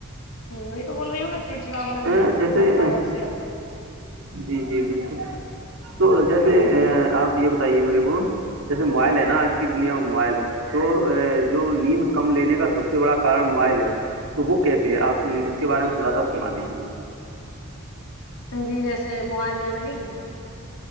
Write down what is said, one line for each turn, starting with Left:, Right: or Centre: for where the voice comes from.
Left: ہ یہ تو بولوا ہوگا چڑ چڑا
Right: اے،
Left: با
Right: جیسے
Left: سرپا
Right: اے،
Left: تو ب
Right: جی جی بالکل تو جیسے آپ یہ بتائیے میرے کو جیسے موبائل ہے نا آج کی دنیا میں موبائل تو جو نیند کم لینے کا سب سے بڑا کارن موبائل ہے تو وہک کیسے ہے آپ اس کے بارے میں تھوڑا سا فرما دیجیے
Left: جی جیسے موبائل ن کہ